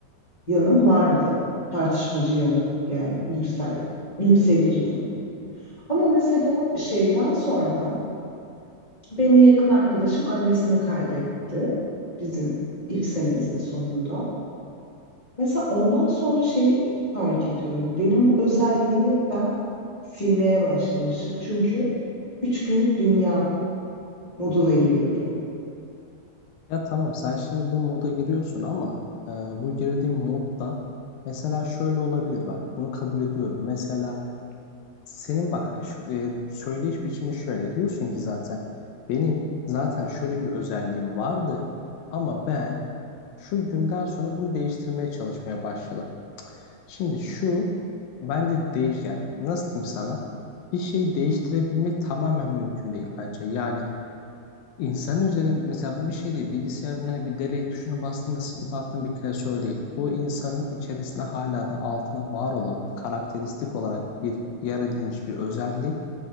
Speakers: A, on the left; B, on the left.
A: yanım vardı. Tartışmacı yanım yani yüksel, yükselirdim. Ama mesela şeyden sonra benim yakın arkadaşım annesini kaybetti bizim ilk senemizin sonunda. Mesela ondan sonra şeyi fark ediyorum. Benim bu özelliğimi ben silmeye başlamışım. Çünkü üç günlük dünya moduna giriyorum.
B: Ya tamam sen şimdi bu moda giriyorsun ama e, bu girdiğin modda mesela şöyle olabilir bak bunu kabul ediyorum. Mesela Senin bak şu, e, söyleyiş biçimi şöyle diyorsun ki zaten benim zaten şöyle bir özelliğim vardı ama ben şu günden sonra bunu değiştirmeye çalışmaya başladım. Şimdi şu bence değiş yani nasıl diyeyim sana bir şeyi değiştirebilmek tamamen mümkün değil bence. Yani İnsanın üzerinde mesela bu bir şey değil. Bilgisayarın hani bir delete tuşuna bastığında silip attığın bir klasör değil. Bu insanın içerisinde hala da altına var olan karakteristik olarak bir yer edilmiş bir özellik.